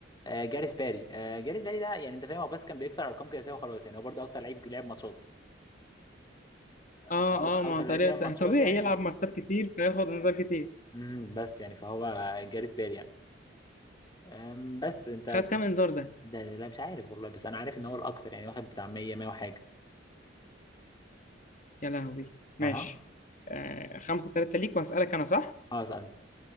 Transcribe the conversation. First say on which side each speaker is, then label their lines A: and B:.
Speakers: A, on the left; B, on the left.
A: آه، جاريث باري آه، جاريث باري ده يعني انت فاهم هو بس كان بيكسر ارقام قياسيه وخلاص يعني هو برضه اكتر لعيب لعب ماتشات آه،
B: اه
A: فهو
B: اه
A: اكتر
B: ما طريقة
A: لعيب لعب ماتشات
B: طبيعي
A: يعني
B: يلعب ماتشات كتير فياخد انذار كتير
A: مم، بس يعني فهو جاريث باري يعني آم، بس انت
B: خد كام
A: أنت-
B: انذار ده
A: ده لا مش عارف والله بس انا عارف ان هو الاكتر يعني واخد بتاع 100 100 وحاجه
B: يا لهوي ماشي
A: اها
B: آه خمسة تلاتة ليك وهسألك انا صح
A: اه اسال